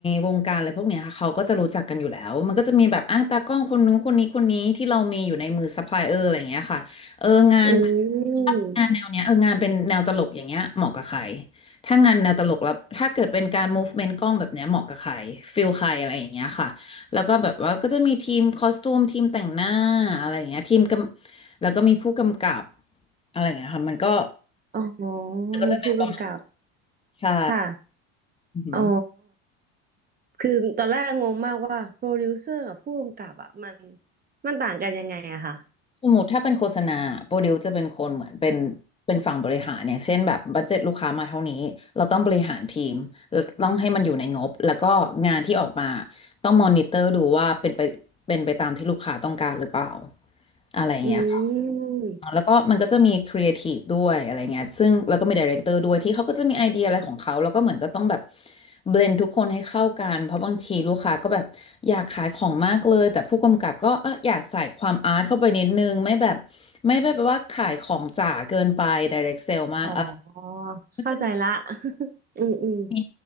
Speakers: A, on the left; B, on the right.
A: วงการอะไรพวกเนี้ยค่ะเขาก็จะรู้จักกันอยู่แล้วมันก็จะมีแบบอ่ะตากล้องคนนู้นคนนี้คนนี้ที่เรามีอยู่ในมือซัพพลายเออร์อะไรอย่างเงี้ยค่ะเอองาน
B: อืม
A: งานแนวเนี้ยเอองานเป็นแนวตลกอย่างเงี้ยเหมาะกับใครถ้างานแนวตลกแล้วถ้าเกิดเป็นการ m ูฟเมนต์กล้องแบบเนี้ยเหมาะกับใครฟิลใครอะไรอย่างเงี้ยค่ะแล้วก็แบบว่าก็จะมีทีมคอสตูมทีมแต่งหน้าอะไรอย่างเงี้ยทีมกำแล้วก็มีผู้กำกับอะไรอย่างเงี้ยค่ะมันก็
B: อ๋อ
A: ก็จะเป็นประมาณ
B: มีผู้กำกับ
A: ใช่
B: ค่ะ
A: อือหือ
B: อ๋อ คือตอนแรกงงมากว่าโปรดิวเซอร์กับผู้กำกับอ่ะมันมันต่างกันยังไงอะค่ะ
A: สมมติถ้าเป็นโฆษณาโปรดิวจะเป็นคนเหมือนเป็นเป็นฝั่งบริหารอย่างเช่นแบบบัดเจ็ตลูกค้ามาเท่านี้เราต้องบริหารทีมเราต้องให้มันอยู่ในงบแล้วก็งานที่ออกมาต้องมอนิเตอร์ดูว่าเป็นไปเป็นไปตามที่ลูกค้าต้องการหรือเปล่าอะไรอย่างเงี้ยค่ะ
B: อืม
A: แล้วก็มันก็จะมีครีเอทีฟด้วยอะไรเงี้ยซึ่งแล้วก็มีไดเรคเตอร์ด้วยที่เขาก็จะมีไอเดียอะไรของเขาแล้วก็เหมือนก็ต้องแบบเบลนทุกคนให้เข้ากันเพราะบางทีลูกค้าก็แบบอยากขายของมากเลยแต่ผู้กำกับก็เอออยากใส่ความอาร์ตเข้าไปนิดนึงไม่แบบไม่ได้แบบว่าขายของจ๋าเกินไปไดเรคเซลมากเออ
B: อ๋อ
A: ก็จะม
B: เข้าใจละ <laughs> อืมอืม
A: ี